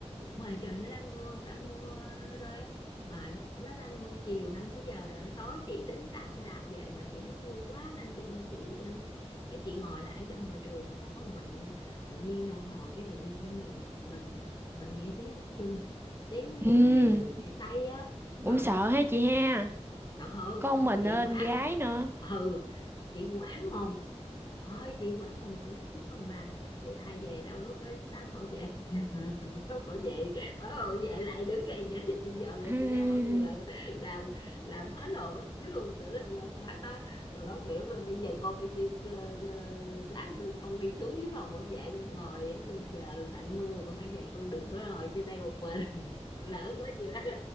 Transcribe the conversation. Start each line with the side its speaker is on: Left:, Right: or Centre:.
Left: ngoài trời nó đang mưa đang mưa rơi rơi á mà nó đang mưa chiều năm sáu giờ rồi nó tối chị tính đạp xe đạp về mà chị thấy mưa quá nên chị chị cái chị ngồi lại trong hội trường ngồi có một mình rồi nha tự nhiên đang ngồi cái tự nhiên cái mình mình mình nghe tiếng bước chân tiếng
Right: ừ,
Left: bước chân của chạy Tây á
Right: cũng
Left: không
Right: sợ ha chị ha,
Left: trời ơi
Right: con mình
Left: chị
Right: nên
Left: quả
Right: gái nữa.
Left: ừ chị quản hồn ôi chị quản hồn chị lấp xuống hầm bàn thì ai về đâu lúc đó bác bảo vệ <laughs> bác bảo vệ bác bảo vệ lại đứng dậy vậy thì chị dòm lên
Right: <laughs>
Left: chị đeo nhưng mà làm làm hết hồn hết vía luôn tưởng là bác đó rồi bác biểu là bây giờ con phải đi ờ, ờ, lát con đi xuống dưới phòng bảo vệ con ngồi á con chờ tạnh mưa con hãy về con đừng có ngồi trên đây một mình <laughs> lỡ có gì đó